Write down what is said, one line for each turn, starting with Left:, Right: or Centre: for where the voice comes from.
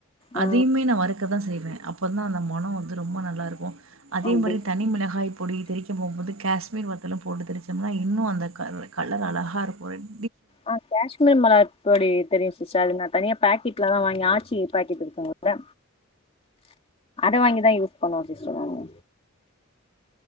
Left: ஆ
Right: அதையுமே நா வறுக்க தா செய்வ அப்பந்தா அந்த மனோ வந்து ரொம்ப நல்லா இருக்கு அதே
Left: அப்டி
Right: மாரி தனி மிளகாய் பொடி திரிக் க போம்போது கஷ்மீர் வத்தல போட்டு திரிச்சம்னா இன்னு அந்த க கலர் அழகா இருக்கு ரெட்
Left: ஆ கஷ்மீர் மெளகா பொடி தெரியு சிஸ்டர் அது நா தனியா பேக்கெட் ல தா வாங்கி ஆச்சி பேக்கெட் இருக்குங்குல்ல அ வாங்கிதா யூஸ் பண்ணுவோ சிஸ்டர் நானு